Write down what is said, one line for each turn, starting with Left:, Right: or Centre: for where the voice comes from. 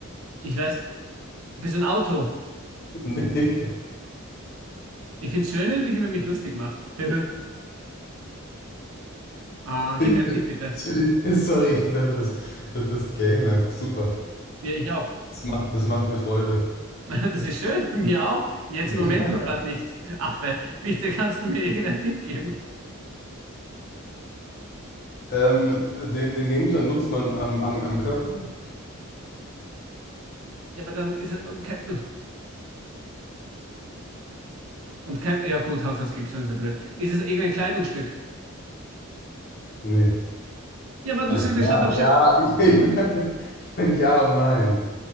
Right: Ich weiß, bist du ein Auto?
Left: <laughs> Nee,
Right: Ich find's schön, wenn du dich über mich lustig machst. <laughs> Ah,
Left: ich
Right: gib mir einen
Left: bin,
Right: Tipp, bitte.
Left: ich bin, <laughs> sorry, ich finde einfach das, das, das Game einfach super.
Right: Ja, ich auch.
Left: Das macht, das macht mir Freude.
Right: <laughs> Das ist schön, <laughs> mir auch. Jetzt im Moment
Left: <laughs>
Right: nur gerade nicht. Affe, bitte kannst du mir irgendeinen Tipp geben?
Left: Ähm, den, den Gegenstand nutzt man am, am, am Körper?
Right: Ja, aber dann ist es. Und kein, und kein. Ja, gut, Haushaltsgegenstand ist ja blöd. Ist es irgendein Kleidungsstück?
Left: Nee.
Right: Ja, aber du
Left: Also
Right: sagst,
Left: ja,
Right: das schaut doch schön.
Left: ja, <laughs> ich, meine, ich mein, ja und nein.